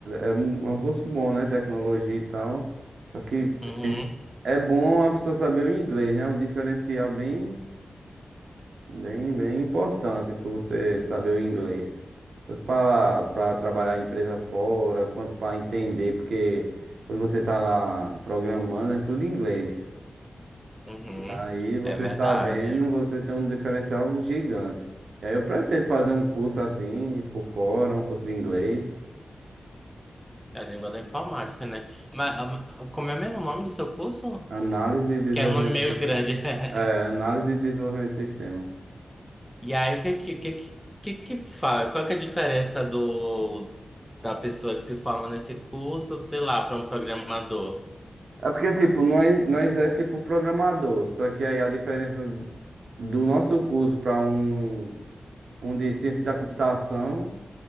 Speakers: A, on the right; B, in the centre.
A: é- é um, é um curso bom, né? Tecnologia e tal. Só que
B: Uhum,
A: é bom a pessoa saber o inglês, né? É Um diferencial bem, bem, bem importante para você saber o inglês. Tanto para para trabalhar em empresa fora, quanto para entender, porque quando você tá lá programando, é tudo em inglês.
B: uhum.
A: E aí, você
B: É verdade.
A: sabendo, você tem um diferencial gigante. E aí, eu pretendo fazer um curso assim, por fora, um curso de inglês,
B: É a língua da informática, né? Mas, ah, mas como é mesmo o nome do seu curso?
A: análise e desenvolvimento
B: Que é um nome meio
A: de sistema.
B: grande. <laughs>
A: É, análise e desenvolvimento de sistema.
B: E aí, o que que, que, que que que fala? Qual que é a diferença do, da pessoa que se forma nesse curso, sei lá, para um programador?
A: É porque, tipo, nós, nós é tipo programador, só que aí a diferença do nosso curso para um, um de ciência da computação